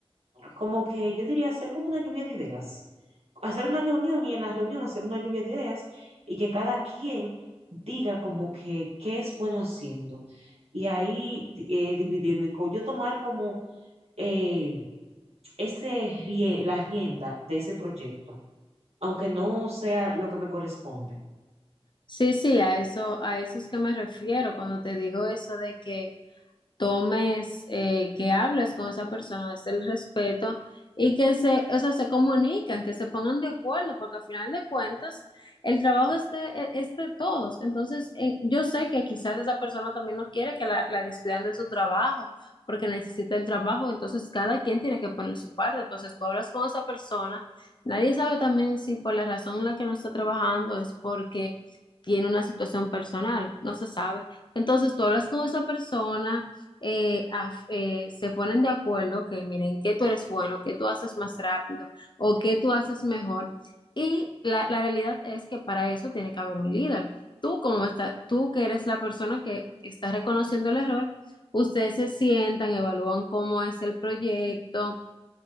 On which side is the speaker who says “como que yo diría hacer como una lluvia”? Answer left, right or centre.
Right